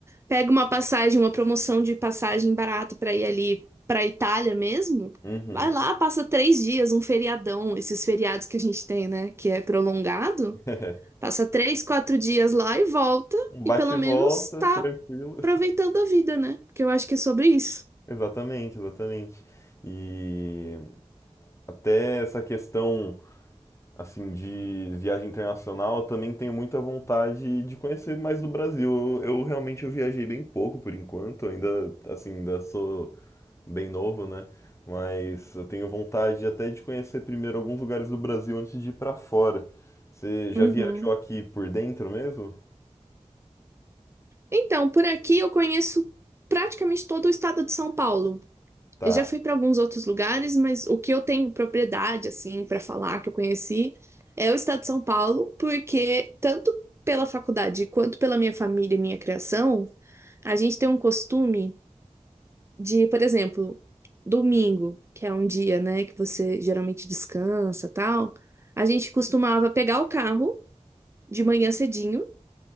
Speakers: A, on the right; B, on the left.
A: pega uma passagem, uma promoção de passagem barata para ir ali para Itália mesmo.
B: Uhum.
A: Vai lá, passa três dias, um feriadão, esses feriados que a gente tem, né? Que é prolongado.
B: <laughs>
A: Passa três, quatro dias lá e volta,
B: Um bate
A: e pelo
B: e volta,
A: menos tá
B: tranquilo.
A: aproveitando a vida, né? Porque eu acho que é sobre isso.
B: Exatamente, exatamente. E até essa questão assim de viagem internacional, eu também tenho muita vontade de conhecer mais do Brasil. Eu, eu realmente eu viajei bem pouco por enquanto, ainda assim, ainda sou bem novo, né? Mas eu tenho vontade até de conhecer primeiro alguns lugares do Brasil antes de ir pra fora. Você já
A: Uhum.
B: viajou aqui por dentro mesmo?
A: Então, por aqui eu conheço praticamente todo o estado de São Paulo.
B: Tá.
A: Eu já fui para alguns outros lugares, mas o que eu tenho propriedade, assim, para falar que eu conheci é o estado de São Paulo, porque tanto pela faculdade quanto pela minha família e minha criação, a gente tem um costume. de, por exemplo, domingo, que é um dia, né, que você geralmente descansa, tal, a gente costumava pegar o carro de manhã cedinho